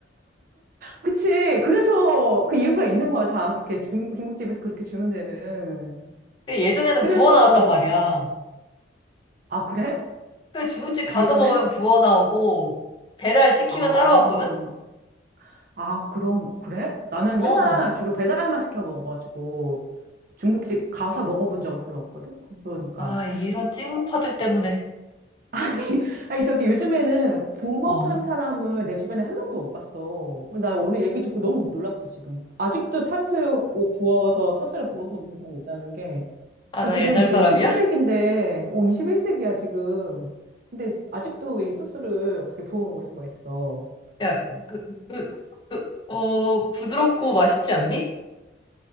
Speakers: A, on the right; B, on the left.
A: 그치. 그래서 그 이유가 있는 거야. 다 그렇게 중, 중국집에서 그렇게 주는 데는.
B: 근데 예전에는
A: 그래서,
B: 부어 나왔단 말이야.
A: 아, 그래?
B: 그 중국집 가서
A: 예전에?
B: 먹으면 부어 나오고 배달 시키면
A: 아.
B: 따라왔거든?
A: 아, 그런, 그래? 나는
B: 어.
A: 맨날 주로 배달만 시켜 먹어가지고 중국집 가서 먹어본 적은 별로 없거든? 그러니까.
B: 아, 이런 찍먹파들 때문에.
A: <laughs> 아니, 아니, 저기 요즘에는 부먹하는
B: 어.
A: 사람을 내 주변에 한 명도 못 봤어. 나 오늘 얘기 듣고 너무 놀랐어, 지금. 아직도 탕수육 구워서, 소스를 부어서 먹는 사람이 있다는 게.
B: 아,
A: 나
B: 나
A: 지금
B: 옛날
A: 이제
B: 사람이야?
A: 21세기인데, 어, 21세기야, 지금. 근데 아직도 이 소스를 어떻게 부어 먹을 수가 있어.
B: 야, 그, 그, 그, 어, 부드럽고 맛있지 않니?